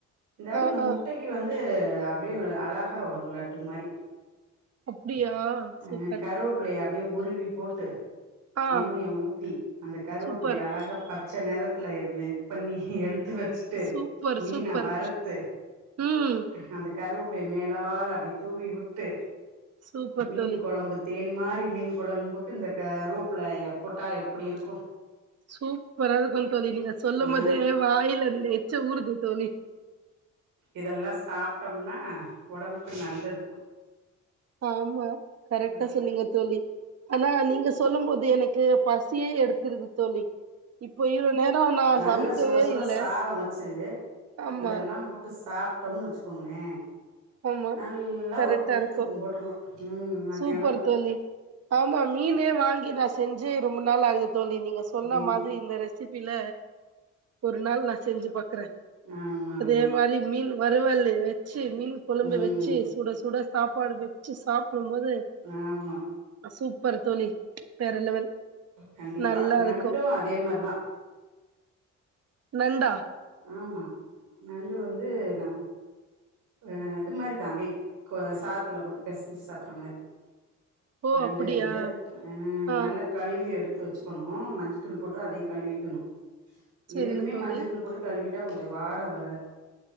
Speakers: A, on the right; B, on the right.
A: இருந்தா
B: ஆ
A: இந்த முட்டைக்கு
B: ஆ
A: வந் வந்து அப்படியே அழகா வரு லட்டு மாரி
B: அப்டியா
A: அ
B: சூப்பர்
A: கருவேப்பிலய அப்படியே உருவி போட்டு
B: ஆ
A: எண்ணய ஊத்தி அந்த கருவேப்பிலய
B: சூப்பர்
A: அழக பச் ச்ச நேரத்துல இதுல இது பண்ணி எடு எடுத்து வச்சுட்டு
B: சூப்பர்
A: மீன
B: சூப்பர்
A: வருத்து
B: ம்
A: அ அந்த கருவேப்பில எண்ணெய மேலால அப்படி தூவி விட்டு
B: சூப்பர்
A: மீன்
B: தோழி
A: குழம்பு தேன்மா அப்டிய மீன் குழம்புக்கு இந்த கருவேப்ல போட்டா எப்படிருகு
B: சூப்பரா இருக்கும் தோழி நீங்க சொல்லும்
A: ஆ
B: போது வாயில அந்த எச்சு ஊருது தோழி
A: இதெல்லா சாப்பிட்டோம்னா உடம்புக்கு நல்லது
B: ஆமா கரெக்டா
A: நம்பளுக்கு
B: சொன்னீங்க தோழி ஆனா நீங்க சொல்லு போது எனக்கு பசியே எடுத்துருது தோழி இப்போ இவ்ளோ நேரோ நா
A: நல்ல
B: சமைக்கவே
A: சுட சுட
B: இல்ல
A: சாத வச்சி
B: ஆமா
A: இதெல்லா போட்டு சாப்பிட்டோம் வச்சுக்கோங்களே
B: ஆமா
A: நல்லா
B: கரெக்டா
A: ஒரு குட்டி
B: இருக்கு
A: தூக்கம் போட்றலா ம் மத்தியானத்துல
B: சூப்பர் தோழி ஆமா மீனே வாங்கின செஞ்சு ரொம்ப நாள் ஆகுது தோழி நீங்க சொன்ன
A: ம்
B: மாரி இந்த ரெஸ் ரெசிபில ஒரு நாள் நா செஞ்சி பாக் க்கறே
A: ஆமா ஆமா
B: அதே மாரி மீன் வரவெலு வ ச்சி மீன் கொழும்பு
A: ம்
B: வச்சி சுட சுட சாப்பாடு வ ச்சி சாப் ப்புடும்போது
A: ஆமா
B: சூப்பர் தோழி வேர லெவல்
A: கண்டிப்பா
B: நல்லா
A: நண்டு
B: இருக்கு
A: அதே மாரிதா
B: நண்டா
A: ஆமா நண்டு வந்து ந ஆ இது மாரிதா பேக் கொ சாத்துல போட்டு பிசஞ்சு சாப்பிடற மாரி
B: ஓ
A: நண்டு
B: அப்படியா
A: அ
B: ஆ
A: நல்ல கழிவி எடுத் த்து வச்சுக்கணு மஞ்சத்தூள் போட்டு அதையு கழுவிக்கணு
B: செரிங்க
A: எதுமே
B: தோழி
A: மஞ்சத்தூள் போட்டு கழுவிட் ட்டா கொஞ்சோ வாட வ றா